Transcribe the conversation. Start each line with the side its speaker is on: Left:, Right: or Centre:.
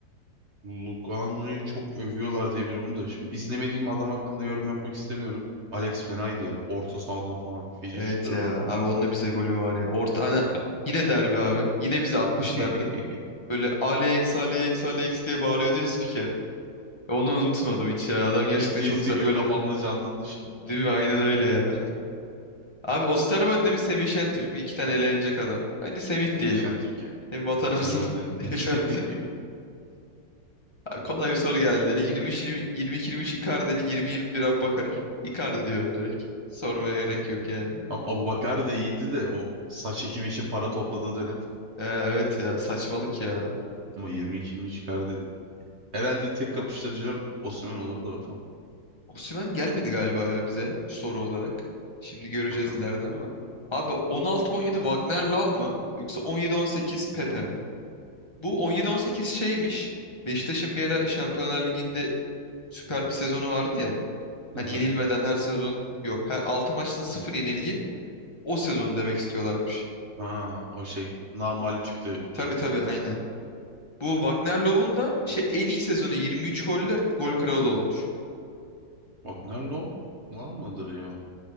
Right: Lugano'yu çok övüyorlar diye biliyorum da. Şimdi izlemediğim adam hakkında yorum yapmak istemiyorum. Alex fenaydı ya. Orta sahadan falan. Fiji
Left: Evet
Right: şutları
Left: ya.
Right: vardı.
Left: Abi onun da bize golü var ya. Orta hani yine derbi abi. Yine bize atmışlardı.
Right: <laughs>
Left: Böyle Alex Alex Alex diye bağırıyordu ya spiker. Onu unutmadım hiç ya. Adam gerçekten
Right: PTSD
Left: çok güzel
Right: gibi
Left: goller.
Right: kafamda canlandı.
Left: Değil mi? Aynen öyle ya. Abi Osterwolde mi Semih Şentürk mü? İki tane elenecek adam. Bence Semih
Right: Semih
Left: diyelim.
Right: Şentürk'e.
Left: Hem vatanımızın
Right: Osterwold'in
Left: <laughs> evladı.
Right: <laughs>
Left: Abi Kolay bir soru geldi. 23-20, 22-23 Icardi, 20-21 Aboubakar. Icardi diyorum direkt. Sormaya gerek yok yani.
Right: Ab Abu Bakar da iyiydi de o saç ekimi için para topladığı dönem
Left: Ee, evet ya saçmalık ya.
Right: ama 22 mi çıkardı. Herhalde tek kapıştıracağım Osimhen olur da bakalım.
Left: Osimhen gelmedi galiba ya bize soru olarak. Şimdi göreceğiz
Right: Bakalım.
Left: ileride ama. Abi 16-17 Wagner Love mı? Yoksa 17-18 Pepe mi? Bu 17-18 şeymiş. Beşiktaş'ın bir ara Şampiyonlar Ligi'nde süper bir sezonu vardı ya. Hani
Right: Hı hı.
Left: yenilmeden her sezon yok. Her 6 maçta sıfır yenilgi. O sezonu demek istiyorlarmış.
Right: Ha o şey namağlup çıktı
Left: Tabii
Right: gruptan.
Left: tabii aynı. Bu Wagner Love'un da şey en iyi sezonu 23 golle gol kralı olmuş.
Right: Wagner Love Love mıdır ya?